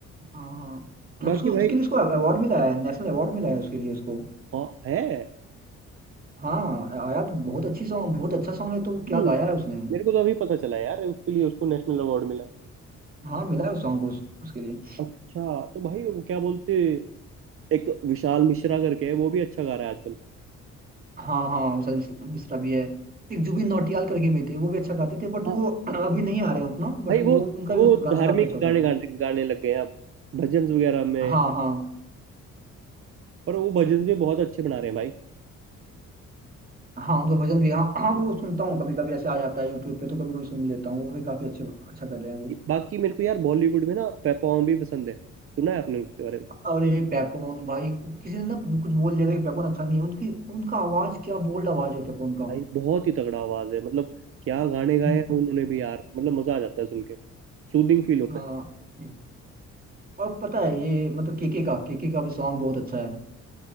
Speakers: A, on the right; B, on the right.
A: हाँ हाँ
B: बाकी
A: उसको उसके
B: भाई
A: लिए उसको अवार्ड मिला है नेशनल अवार्ड मिला है उसके लिए उसको
B: हाँ है
A: हाँ आया तो बहुत अच्छी सॉन्ग बहुत अच्छा सॉन्ग है तो वो
B: हम्म
A: क्या गाया है उसने
B: मेरे को तो अभी पता चला यार उसके लिए उसको नेशनल अवार्ड मिला है
A: हाँ मिला है उस सॉन्ग को उस, उसके लिए
B: अच्छा तो भाई वो क्या बोलते एक विशाल मिश्रा करके है वो भी अच्छा गा रहा है आजकल
A: हाँ हाँ मिस्टर मिस्टर भी है एक जुबिन नौटियाल करके भी थे वो भी अच्छा गाते थे बट
B: हाँ
A: वो <clears throat> अभी नहीं आ रहे हैं उतना
B: भाई
A: बट वो
B: वो
A: उनका
B: वो
A: भी गाना
B: धार्मिक
A: काफी अच्छा होता
B: गाने
A: था
B: गाने गाने लग गए हैं अब भजन वगैरह में
A: हाँ हाँ
B: पर वो भजन भी बहुत अच्छे बना रहे हैं भाई
A: हाँ उनका भजन भी हाँ हाँ वो सुनता हूँ कभी कभी ऐसे आ जाता है यूट्यूब पे तो कभी कभी सुन लेता हूँ वो भी काफी अच्छे अच्छा कर रहे हैं वो
B: बाकी मेरे को यार बॉलीवुड में ना पेपॉम भी पसंद है सुना है आपने उसके बारे में
A: अरे पेपोन भाई किसी ने ना कुछ बोल दिया था कि पेपोन अच्छा नहीं है उनकी उनका आवाज क्या बोल्ड आवाज है पेपोन का
B: भाई बहुत ही तगड़ा आवाज है मतलब क्या गाने गाए
A: हम्म,
B: हैं उन्होंने भी यार मतलब मजा आ जाता है सुन के सूदिंग फील होता
A: हाँ
B: है
A: हम्म। और पता है ये मतलब केके का केके का भी सॉन्ग बहुत अच्छा है